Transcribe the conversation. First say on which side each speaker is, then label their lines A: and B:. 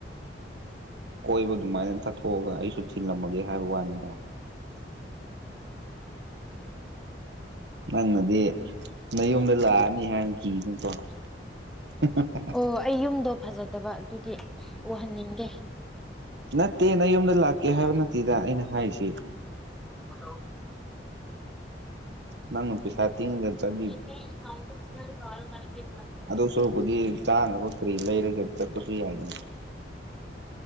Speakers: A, on the right; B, in the centre.
A: ꯀꯣꯏꯕ ꯑꯗꯨꯃꯥꯏꯅ ꯆꯠꯊꯣꯛꯑꯒ ꯑꯩꯁꯨ ꯊꯤꯂꯝꯃꯒꯦ ꯍꯥꯏꯕ ꯋꯥꯅꯤꯗ꯫ ꯅꯪꯅꯗꯤ ꯅꯌꯨꯝꯗ ꯂꯥꯛꯑꯅꯤ ꯍꯥꯏꯅ ꯀꯤꯕꯒꯤꯀꯣ꯫ <unintelligible>
B: ꯑꯣ ꯑꯩ ꯌꯨꯝꯗꯣ ꯐꯖꯗꯕ ꯑꯗꯨꯒꯤ ꯎꯍꯟꯅꯤꯡꯗꯦ꯫
A: ꯅꯠꯇꯦ ꯅꯌꯨꯝꯗ ꯂꯥꯛꯀꯦ ꯍꯥꯏꯕ ꯅꯠꯇꯦꯗ ꯑꯩꯅ ꯍꯥꯏꯔꯤꯁꯦ꯫
B: ꯍꯜꯂꯣ
A: ꯅꯪꯅ ꯄꯩꯁꯥ ꯇꯤꯡꯒ ꯆꯠ
B: <unintelligible>
A: ꯑꯗꯨ ꯁꯔꯨꯛꯄꯨꯗꯤ ꯆꯥꯅꯕ ꯀꯔꯤ ꯂꯩꯔꯒ ꯆꯠꯄꯁꯨ ꯌꯥꯏꯗꯅ꯫